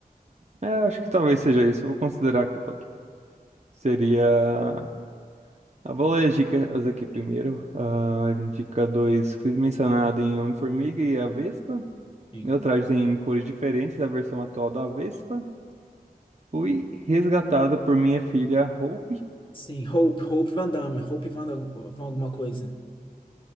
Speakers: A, on the right; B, on the left.
A: É, eu acho que talvez seja isso. Eu Vou considerar aqui pra tu. Seria. Eu vou ler as dicas aqui primeiro. Ah, dica dois Fui mencionado em Homem-Formiga e a Vespa.
B: Sim.
A: Meu traje tem cores diferentes da versão atual da Vespa. Fui resgatada por minha filha Hope.
B: Sim, Hope, Hope Van Damme, Hope Van, Van alguma coisa.